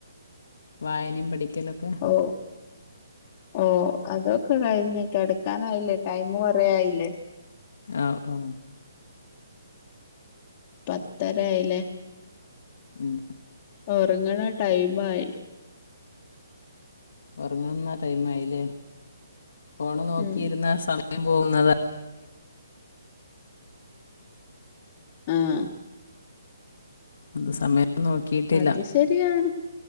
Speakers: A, on the left; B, on the left.
A: വായനയും പഠിക്ക അക്കലക്കെ
B: ഓ ഓ അതൊക്കെ കഴിഞ്ഞ കടക്കാനായില്ലേ ടൈം കൊറെ ആയില്ലേ
A: ഓ ഓ
B: പത്തരയയില്ലേ
A: ഉം
B: ഉറങ്ങണ ടൈംയി
A: ഉറങ്ങുന്ന ടൈ ആയില്ലേ ഫോണ് നോക്കിയിരുന്ന
B: ഉം
A: പോകുന്നത
B: ആഹ
A: അത് സമയം നോക്കിട്ടില്ല
B: അത് ശരിയാണ്